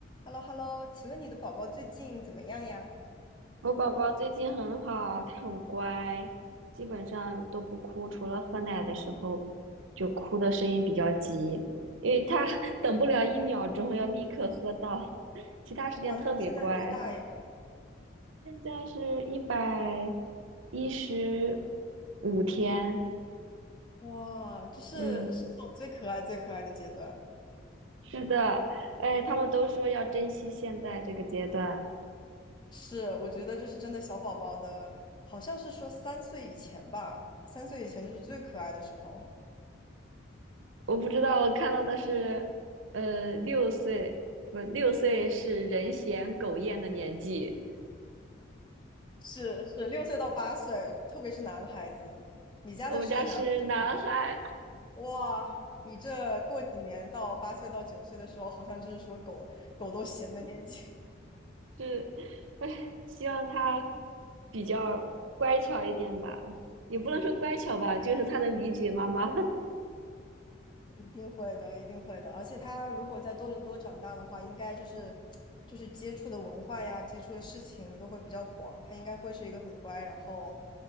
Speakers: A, on the left; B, on the right.
A: h e l l o h e l l o 请问你的宝宝最近怎么样呀？
B: 我宝宝最近很好，他很乖，基本上都不哭，除了喝奶的时候，就哭的声音比较急，因为他 <laughs> 等不了一秒钟，要立刻喝到，<laughs> 其他时间特别乖。
A: 哇，那他现在多大呀？
B: 现在是一百一十五天，
A: 哇，就是是这种最可爱、
B: 嗯，
A: 最可爱的阶段。
B: 是的，哎，他们都说要珍惜现在这个阶段。
A: 是，我觉得就是真的小宝宝的，好像是说三岁以前吧，三岁以前就是最可爱的时候。
B: 我不知道，我看到的是，呃，六岁，不，六岁是人嫌狗厌的年纪。
A: 是是，六岁到八岁，特别是男孩子。你家的是男孩子女孩？
B: 我们家是男孩，
A: 哇，你这过几年到八岁到九岁的时候，好像就是说狗狗都闲的年纪。
B: 是，唉，希望他比较乖巧一点吧，也不能说乖巧吧，就是他能理解妈妈，
A: 一定会的，一定会的。而且他如果在多伦多长大的话，应该就是就是接触的文化呀，接触的事情都会比较广。他应该会是一个很乖，然后